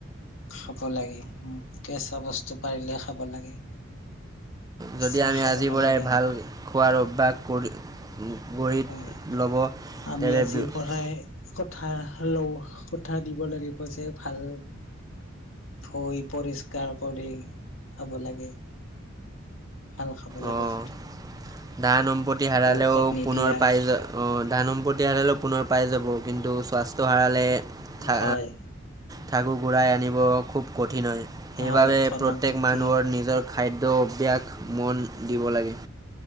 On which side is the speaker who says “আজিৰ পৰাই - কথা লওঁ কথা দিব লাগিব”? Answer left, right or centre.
Left